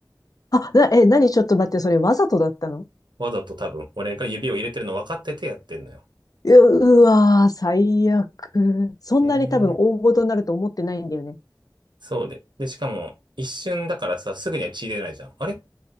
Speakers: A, on the left; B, on the right.
A: あ、な、え、何ちょっと待って、それわざとだったの
B: わざと多分、俺が指を入れてるの分かっててやってんのよ。
A: う、うわー、最悪。そんなに多分大事になると思ってないんだよね。
B: ええ。そうで。で、しかも、一瞬だからさ、すぐには血出ないじゃん。あれって